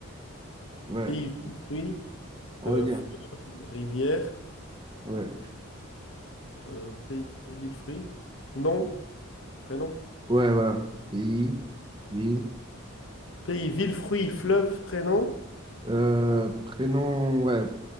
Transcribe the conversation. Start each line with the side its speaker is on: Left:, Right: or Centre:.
Right: Ouais,
Left: pays, ville, fruits,
Right: on
Left: euh,
Right: va dire.
Left: fleuve, rivière,
Right: Ouais,
Left: euh, pays, ville, fruits. Nom, prénom.
Right: ouais, voilà. Pays, ville,
Left: Pays, ville, fruits, fleuve, prénom.
Right: euh, prénom, ouais.